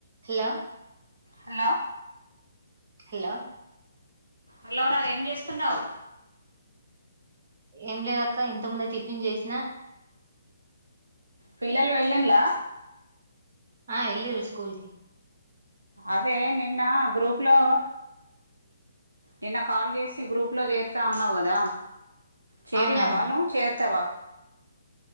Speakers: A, on the right (about 50°); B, on the right (about 90°).
A: Hello
B: hello
A: hello
B: హలోరా ఏం చేస్తున్నావ్
A: ఏం లేదక్క ఇంత ముందె టిఫిన్ చేసినా
B: పిల్లలు వెల్లింలా
A: ఆ ఎల్లిరు స్కూల్ కి
B: అదే నిన్న గ్రూప్ లో నిన్న కాల్ చేసి గ్రూప్లో చేరుతా అన్నావ్ కదా చేరినవా
A: అవునవును
B: నువ్వు చేరుతావా